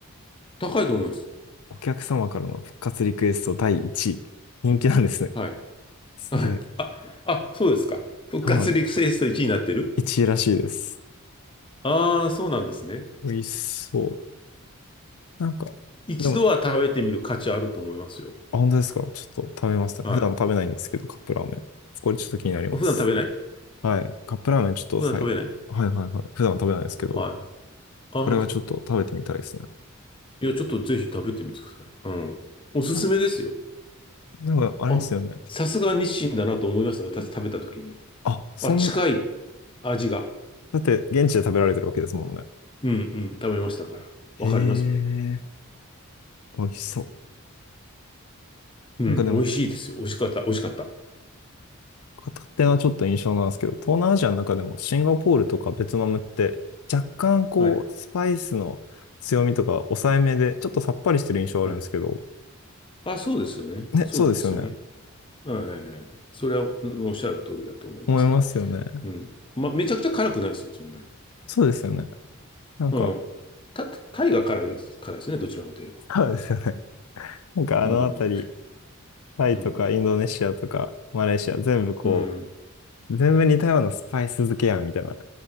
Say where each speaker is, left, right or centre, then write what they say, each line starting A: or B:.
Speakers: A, on the left (about 25°); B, on the left (about 90°).
A: 高いと思います。
B: お客様からの復活リクエスト第1位。人気なんですね。
A: はい。
B: すげえ。
A: はい。あ、あ、そうですか。復活リクエスト1位になってる
B: はい。1位らしいです。
A: ああー、そうなんですね。
B: 美味しそう。なんか、
A: 一度は食べてみる価値あると思いますよ。
B: でも、あ、本当ですか。ちょっと食べました。
A: はい。
B: 普段食べないんですけど、カップラーメン。これちょっと気になります。
A: 普段食べない
B: はい。カップラーメンちょっとさい、
A: 普段食べない
B: はいはいはい。普段食べないですけど、
A: はい。あ、そうですか。
B: これはちょっと食べてみたいですね。
A: いや、ちょっとぜひ食べてみてください。うん。おすすめですよ。
B: なんなんか、あれですよね。
A: あ、さすが日清だなと思いましたよ。私食べた時に。
B: あ、そん、
A: あ、近い味が。
B: だって現地で食べられてるわけですもんね。
A: うんうん。食べましたから。わかりますもん。
B: へえ、美味しそう。
A: うん。
B: なんかでも、
A: 美味しいですよ。美味しかった。美味しかった。
B: 勝手なちょっと印象なんですけど、東南アジアの中でもシンガポールとかベトナムって若干こう、
A: はい。
B: スパイスの強みとか抑えめで、ちょっとさっぱりしてる印象あるんですけど、
A: はい。あ、そうですよね。
B: ね、
A: そうですよね。
B: そうですよね。
A: はいはいはい。それは、うんおっしゃる通りだと思いますね。
B: 思いますよね。
A: うん。まあ、めちゃくちゃ辛くないですよ。そんなに。
B: そうですよね。なんか、
A: うん。た、タイが辛い、辛いですね。どちらかといえば。
B: そうですよね。なんかあのあたり、
A: うん。
B: タイとかインドネシアとかマレーシア全部こ
A: うん。うん。
B: う、全部似たようなスパイス漬けやんみたいな